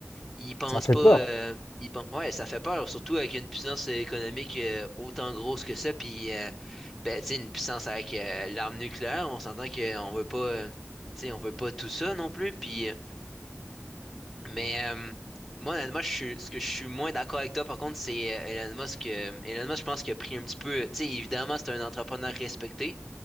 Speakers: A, in the centre; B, on the left.
A: ils pensent
B: Ça fait
A: pas.
B: peur.
A: euh, ils pen- Ouais, ça fait peur, surtout avec une puissance économique euh, autant grosse que ça. Puis, euh, ben, tu sais, une puissance avec euh, l'arme nucléaire, on s'entend qu'on veut pas. euh, tu sais, on veut pas tout ça non plus. Puis, euh, mais euh, moi, honnêtement, je suis, ce que je suis moins d'accord avec toi, par contre, c'est euh, Elon Musk. euh, Elon Musk, je pense qu'il a pris un petit peu. Tu sais, évidemment, c'est un entrepreneur respecté.